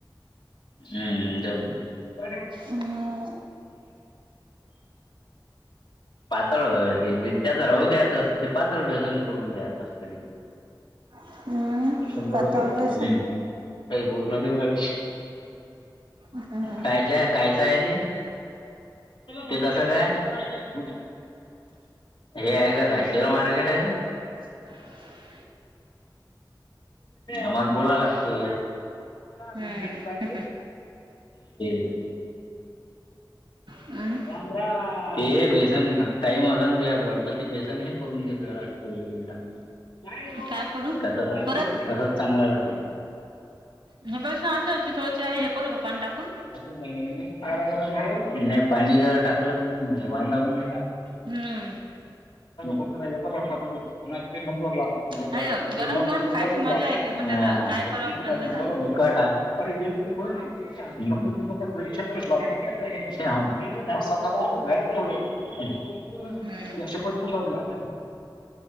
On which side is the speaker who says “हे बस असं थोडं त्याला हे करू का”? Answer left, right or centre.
Right